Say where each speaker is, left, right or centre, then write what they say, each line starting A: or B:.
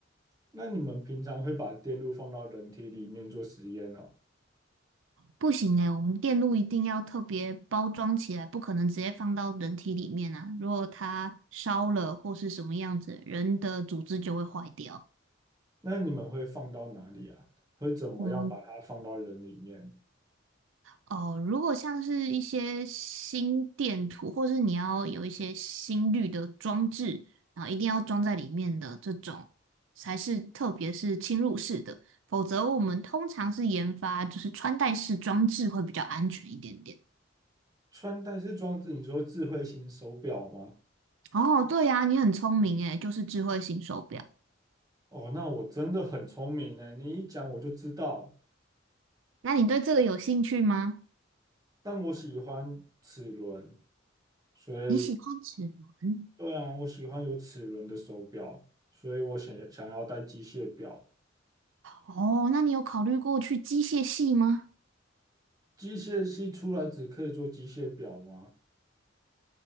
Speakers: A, on the right; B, on the right.
A: 那你们平常会把电路放到人体里面做实验哦？
B: 不行诶，我们电路一定要特别包装起来，不可能直接放到人体里面啊。如果它烧了或是什么样子，人的组织就会坏掉。
A: 那你们会放到哪里啊？会怎么样把它放到人里面？
B: 我们哦，如果像是一些心电图，或是你要有一些心率的装置，然后一定要装在里面的这种，才是特别是侵入式的，否则我们通常是研发就是穿戴式装置会比较安全一点点。
A: 穿戴式装置，你说智慧型手表吗？
B: 哦，对呀，你很聪明诶，就是智慧型手表。
A: 哦，那我真的很聪明呢，你一讲我就知道。
B: 那你对这个有兴趣吗？
A: 但我喜欢齿轮，所以
B: 你喜欢齿轮？
A: 对啊，我喜欢有齿轮的手表，所以我想想要戴机械表。
B: 哦，那你有考虑过去机械系吗？
A: 机械系出来只可以做机械表吗？